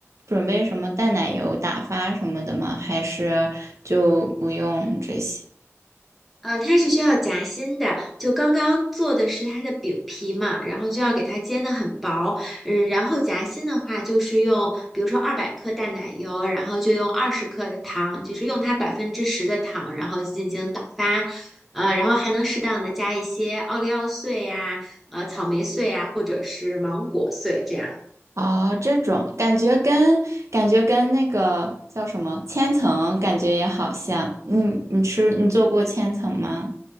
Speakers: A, on the right (about 75°); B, in the centre.
A: 准备什么淡奶油打发什么的吗？还是就不用这些？
B: 呃，它是需要夹心的，就刚刚做的是它的饼皮嘛，然后就要给它煎的很薄，嗯，然后夹心的话就是用，比如说二百克淡奶油，然后就用二十克的糖，就是用它百分之十的糖，然后进行打发，呃，然后还能适当的加一些奥利奥碎呀、呃，草莓碎呀、或者是芒果碎这样。
A: 哦，这种感觉跟感觉跟那个叫什么千层感觉也好像。你你吃你做过千层吗？